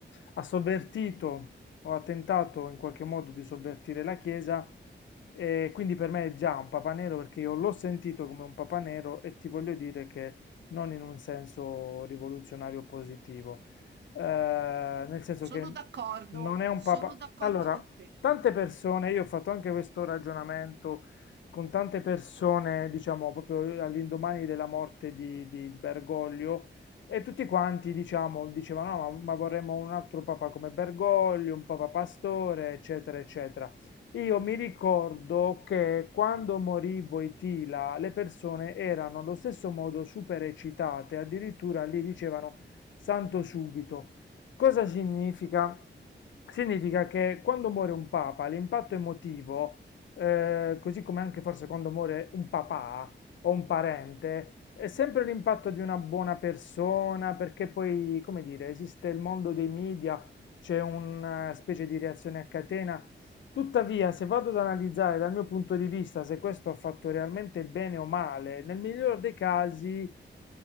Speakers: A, on the left (about 85°); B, on the right (about 65°).
A: ha sovvertito ho tentato in qualche modo di sovvertire la Chiesa e quindi per me è già un papa nero perché io l'ho sentito come un papa nero e ti voglio dire che non in un senso rivoluzionario positivo, Eh, nel senso
B: Sono
A: che
B: d'accordo,
A: non è un
B: sono
A: papa...
B: d'accordo
A: Allora,
B: con te.
A: tante
B: <laughs>
A: persone, io ho fatto anche questo ragionamento con tante persone, diciamo, proprio all'indomani della morte di, di Bergoglio, e tutti quanti, diciamo, dicevano, "No, ma, ma vorremmo un altro papa come Bergoglio, un papa pastore, eccetera, eccetera. Io mi ricordo che quando morì Voitila, le persone erano allo stesso modo super eccitate, addirittura lì dicevano santo subito. Cosa significa? Significa che quando muore un papa, l'impatto emotivo, eh, così come anche forse quando muore un papà, o un parente, è sempre l'impatto di una buona persona, perché poi, come dire, esiste il mondo dei media, c'è una specie di reazione a catena. Tuttavia, se vado ad analizzare dal mio punto di vista se questo ha fatto realmente bene o male, nel miglior dei casi ha